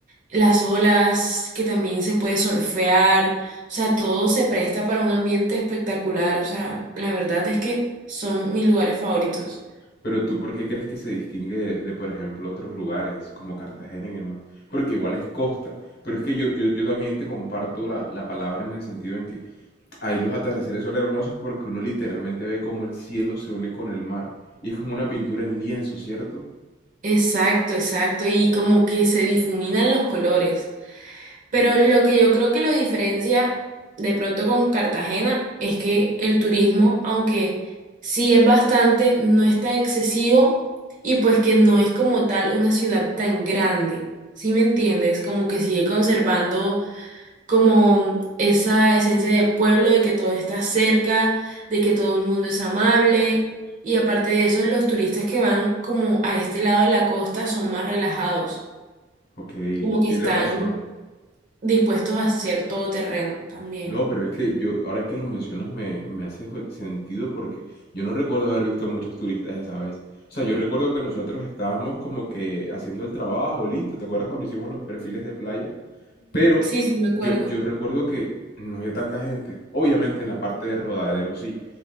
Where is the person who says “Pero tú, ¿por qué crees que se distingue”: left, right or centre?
Left